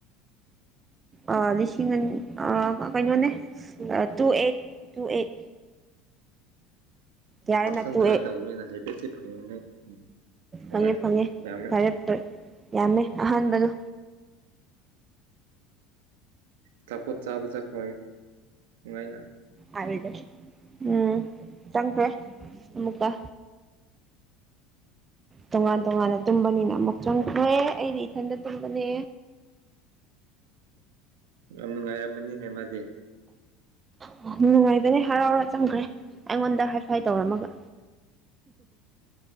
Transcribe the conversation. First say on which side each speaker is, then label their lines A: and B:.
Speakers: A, on the right (about 25°); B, on the right (about 85°).
A: ꯑꯥ ꯂꯤꯁꯤꯡ ꯑꯟ ꯑ ꯀꯩꯅꯣꯅꯦ꯫ ꯑꯥ ꯇꯨ ꯑꯩꯠ ꯇꯨ ꯑꯩꯠ ꯌꯥꯔꯦꯅ
B: ꯄꯥꯈꯪ
A: ꯇꯨ
B: ꯈꯔ
A: ꯑꯩꯠ
B: ꯇꯧꯕꯅꯤꯅ ꯍꯥꯏꯐꯦꯠꯇꯤ ꯐꯪꯒꯅꯤ ꯎꯝ ꯍꯣꯏ
A: ꯐꯪꯉꯦ ꯐꯪꯉꯦ
B: ꯌꯥꯝꯃꯦ
A: ꯐꯔꯦ ꯐꯔꯦ ꯌꯥꯝꯃꯦ ꯑꯍꯥꯟꯕꯗꯣ꯫
B: ꯑꯆꯥꯄꯣꯠ ꯆꯥꯕ ꯆꯠꯈ꯭ꯔꯣ ꯍꯥꯏꯌꯨ ꯅꯨꯉꯥꯏꯅ꯫
A: ꯑꯥꯔꯤꯗ ꯎꯝ ꯆꯪꯈ꯭ꯔꯦ ꯑꯃꯨꯀ꯫ ꯇꯣꯉꯥꯟ ꯇꯣꯉꯥꯟꯅ ꯇꯨꯝꯕꯅꯤꯅ ꯑꯃꯨꯛ ꯆꯪꯈ꯭ꯔꯦ ꯑꯩꯗꯤ ꯏꯊꯟꯗ ꯇꯨꯝꯕꯅꯦ꯫
B: ꯌꯥꯝ ꯅꯨꯡꯉꯥꯏꯔꯃꯅꯤꯅꯦ ꯃꯥꯗꯤ꯫
A: ꯍꯥ ꯅꯨꯡꯉꯥꯏꯕꯅꯦ ꯍꯔꯥꯎꯔ ꯆꯪꯈ꯭ꯔꯦ ꯑꯩꯉꯣꯟꯗ ꯍꯥꯏ꯫ ꯐꯥꯏ ꯇꯧꯔꯝꯃꯒ꯫